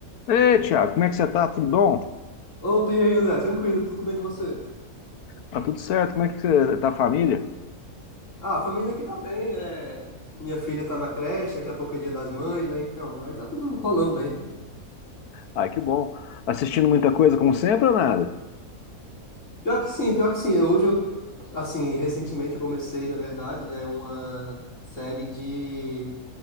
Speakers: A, on the left; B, on the left.
A: Ei, Thiago, como é que você tá? Tudo bom?
B: Opa, e aí, André? Tranquilo, tudo bem com você?
A: Tá tudo certo? Como é que você tá, a família?
B: Ah, a família aqui tá bem, é... Minha filha tá na creche, daqui a pouco é dia das mães, né? Então, aí tá tudo rolando bem.
A: Ai, que bom. Assistindo muita coisa, como sempre, ou nada?
B: <laughs> Pior que sim, pior que sim. É, Hoje eu, assim, recentemente eu comecei, na verdade, né, uma série de...